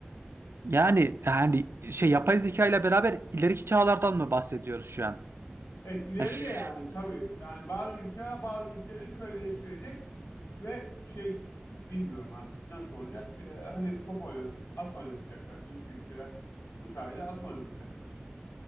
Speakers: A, on the right (about 75°); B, on the left (about 85°).
A: Yani yani şey yapay zeka ile beraber ileriki çağlardan mı bahsediyoruz şu an?
B: Evet ileri
A: Yani şu-
B: de yani tabii. Yani bazı ülkeler bazı ülkeleri köleleştirecek ve şey bilmiyorum artık nasıl olacak. Ee, hani top oynat, at oynatacaklar güçlü ülkeler. Bu sayede at oynatacaklar.